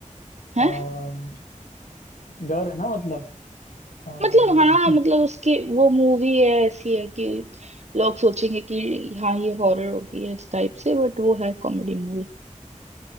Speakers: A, on the right; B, on the left.
A: है
B: अम,
A: हैं?
B: डर है ना मतलब अम,
A: मतलब हाँ मतलब उसकी वो मूवी है ऐसी है कि लोग सोचेंगे कि हाँ ये हॉरर होगी है इस टाइप से बट वो है कॉमेडी मूवी